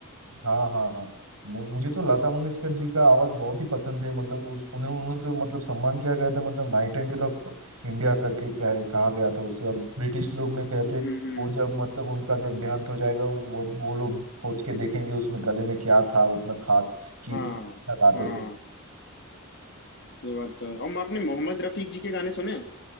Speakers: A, on the right; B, on the left.
A: हाँ हाँ हाँ मु- मुझे तो लता मंगेशकर जी का आवाज बहुत ही पसंद है मतलब उस उन्हें उन्हें तो मतलब सम्मान किया गया था मतलब नाइटिंगेल ऑफ इंडिया करके कह, कहा गया था उसे और ब्रिटिश लोग ने कहते
B: हम्म हम्म
A: वो जब मतलब उनका जब देहांत हो जाएगा वो वो लोग खोज के देखेंगे उसमें गले में क्या था उतना खास कि
B: हाँ
A: इतना अच्छा गाते
B: हाँ
A: थे
B: ये बात तो है और आपने मोहम्मद रफीक जी के गाने सुने हैं?